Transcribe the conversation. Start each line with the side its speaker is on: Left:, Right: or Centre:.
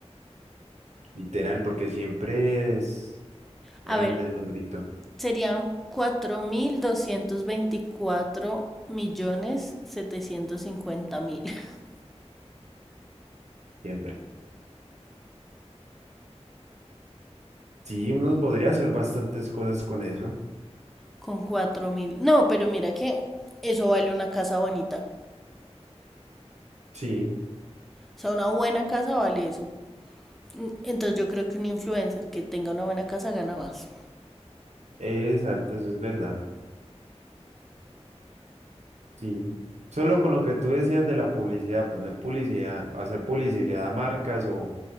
Right: Literal, porque siempre es grande
Centre: A ver,
Right: el numerito,
Centre: serían cuatro mil doscientos veinticuatro millones setecientos cincuenta mil <laughs>
Right: siempre. Sí, uno podría hacer bastantes cosas con eso.
Centre: con cuatro mil. No, pero mira que eso vale una casa bonita.
Right: Sí,
Centre: O sea, una buena casa vale eso. Mm, Entonces yo creo que un influencer que tenga una buena casa gana más.
Right: exacto, eso es verdad. Sí. Solo con lo que tú decías de la publicidad, poner publicidad, hacer publicidad a marcas o